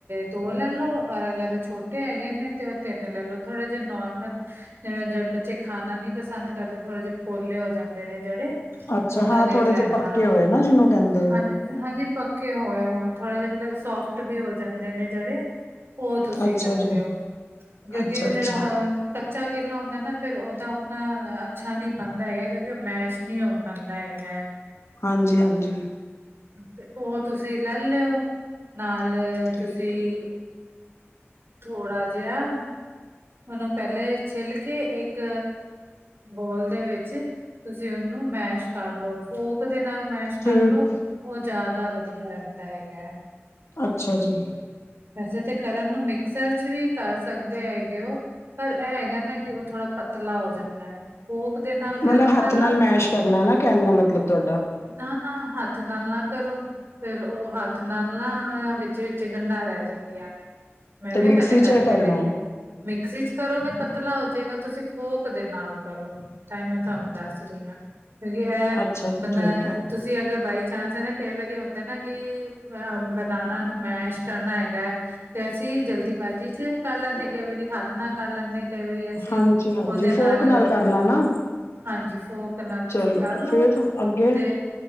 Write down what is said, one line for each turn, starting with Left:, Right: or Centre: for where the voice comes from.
Right: ਦੋ ਲੈ ਲੋ ਔਰ ਅਗਰ ਛੋਟੇ ਹੈਗੇ ਨੇ ਤੇ ਉਹ ਤਿੰਨ ਲੈ ਲਓ ਥੋੜੇ ਜਿਹੇ ਨੋਰਮਲ ਬੱਚੇ ਖਾਣਾ ਨੀ ਪਸੰਦ ਕਰਦੇ ਥੋੜੇ ਜਹੇ ਪੋਲੇ ਹੋ ਜਾਂਦੇ ਨੇ ਜਿਹੜੇ
Left: ਅੱਛਾ,
Right: ਓਦਾਂ
Left: ਹਾਂ
Right: ਦੇ
Left: ਥੋੜੇ
Right: ਲੈਣਾ
Left: ਜਿਹੇ ਪੱਕੇ ਹੋਏ ਨਾ ਜਿਹਨੂੰ ਕਹਿੰਦੇ
Right: ਹਾਂਜੀ,
Left: ਆ।
Right: ਹਾਂਜੀ ਪੱਕੇ ਹੋਏ ਹੋਣ ਥੋੜੇ ਜਿਹੇ ਮਤਲਬ ਸੋਫਟ ਵੀ ਹੋ ਜਾਂਦੇ ਨੇ, ਜਿਹੜੇ ਉਹ ਤੁਸੀਂ
Left: ਅੱਛਾ
Right: ਲੈ ਲਿਓ,
Left: ਜੀ
Right: ਕਿਉਂਕਿ
Left: ਅੱਛਾ
Right: ਉਹ
Left: ਅੱਛਾ
Right: ਜਿਹੜਾ ਕੱਚਾ ਕੇਲਾ ਹੁੰਦਾ ਨਾ, ਫੇਰ ਉਹਦਾ ਉਹਣਾ ਅੱਛਾ ਨਹੀਂ ਬਨ ਦਾ ਹੈਗਾ। ਕਿਉਂਕਿ ਉਹ ਮੈਸ਼ ਨਹੀਂ ਹੋ ਪਾਉਂਦਾ ਹੈਗਾ।
Left: ਹਾਂਜੀ-ਹਾਂਜੀ।
Right: ਤੇ, ਉਹ ਤੁਸੀਂ ਲੈ ਲਿਓ ਨਾਲ
Left: ਠੀਕ
Right: ਤੁਸੀਂ
Left: ਹੈ
Right: ਥੋੜਾ ਜਿਹਾ ਉਹਨੂੰ ਪਹਿਲੇ ਛਿੱਲ ਕੇ ਇੱਕ ਬੌਲ ਦੇ ਵਿੱਚ ਤੁਸੀਂ ਉਹਨੂੰ ਮੈਸ਼ ਕਰ ਲੋ, ਫੋਰਕ ਦੇ ਨਾਲ ਮੈਸ਼
Left: ਠੀਕ
Right: ਕਰ ਲੋ,
Left: ਹੈ
Right: ਉਹ ਜ਼ਿਆਦਾ ਵਧੀਆ ਰਹਿੰਦਾ ਹੈਗਾ।
Left: ਅੱਛਾ ਜੀ
Right: ਵੈਸੇ ਤਾਂ ਕਰਨ ਨੂੰ ਮਿਕ ਸਰਚ ਵੀ ਕਰ ਸਕਦੇ ਹੈਗੇ ਉਹ, ਪਰ ਇਹ ਹੈਗਾ ਨਾ ਕਿ ਉਹ ਥੋੜਾ ਪਤ ਪਤਲਾ ਹੋ ਜਾਂਦਾ ਹੈ। ਫੋਕ ਦੇ ਨਾਲ
Left: ਮਤਲਬ
Right: ਕਰਨ
Left: ਹੱਥ ਨਾਲ
Right: ਨਾ
Left: ਮੈਸ਼ ਕਰਨਾ ਨਾ ਕਹਿਣ ਦਾ ਮਤਲਬ ਤੁਹਾਡਾ।
Right: ਨਾ-ਨਾ ਹੱਥ ਨਾਲ ਨਾ ਕਰੋ ਫੇਰ ਉਹ ਹੱਥ ਨਾਲ ਨਾ ਵਿੱਚ ਵਿਚ ਗੰਡਾ ਰਹਿ ਜਾਂਦੀਆਂ ਨੇ। ਮੈਂ
Left: ਤੇ
Right: ਵੀ
Left: ਮਿਕਸੀ
Right: ਪਹਿਲੇ ਕਰਕੇ
Left: ਚ ਕਰਨਾ
Right: ਦੇਖਯ ਮਿਕਸੀ ਚ ਕਰੋਗੇ ਪਤਲਾ ਹੋ ਜਾਏਗਾ ਤੁਸੀਂ ਫੋਰਕ ਦੇ ਨਾਲ ਕਰੋ। ਤਾਂਈ ਮੈਂ ਤੁਹਾਨੂੰ ਦੱਸ ਰਹੀ ਹਾਂ ਕਿਉਂਕਿ ਇਹ
Left: ਅੱਛਾ ਜੀ
Right: ਬੰਦਾ
Left: ਠੀਕ ਹੈ
Right: ਤੁਸੀਂ ਅਗਰ ਬਾਈ ਚਾਂ ਚਾਂਸ ਹੈ ਨਾ, ਕਈ ਵਾਰੀ ਹੁੰਦਾ ਨਾ ਕਿ, ਬਨਾਨਾ ਨੂੰ ਮੈਸ਼ ਕਰਨਾ ਹੈਗਾ ਤੇ ਅਸੀਂ ਜਲਦੀਬਾਜ਼ੀ ਚ ਕਰ ਲੈਂਦੇ, ਕਈ ਵਾਰੀ ਹੱਥ ਨਾਲ ਕਰ ਲੈਂਦੇ। ਕਈ ਵਾਰੀ ਅਸੀ
Left: ਹਾਂਜੀ ਹਾਂਜੀ
Right: ਉਹਦੇ
Left: ਫੋਕ
Right: ਨਾਲ
Left: ਕਰ ਲਾ ਨਾ
Right: ਹਾਂਜੀ ਫੋਰਕ ਨਾਲ
Left: ਚਲੋ
Right: ਤੁਸੀਂ ਕਰਲੋ
Left: ਫਿਰ ਅੱਗੇ
Right: ਤੇ